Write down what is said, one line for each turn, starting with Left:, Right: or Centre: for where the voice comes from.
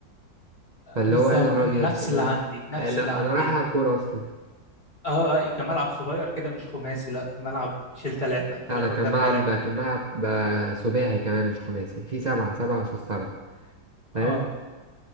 Right: فاللي
Left: بالظبط
Right: هو يا نهار
Left: نفس
Right: ابيض اللي
Left: اللي
Right: هو
Left: عندي نفس
Right: آه، لا
Left: اللي عندي
Right: انا رايح العب كوره اصلا
Left: اه اه كان ملعب صغير كده مش خماسي لا ملعب يشيل ثلاثة ثلاثة
Right: لا انا كان
Left: قدام
Right: ملعب
Left: ثلاثة
Right: كان ملعب آه، سباعي كمان مش خماسي في سبعه سبعه قصاد سبعه فاهم
Left: اه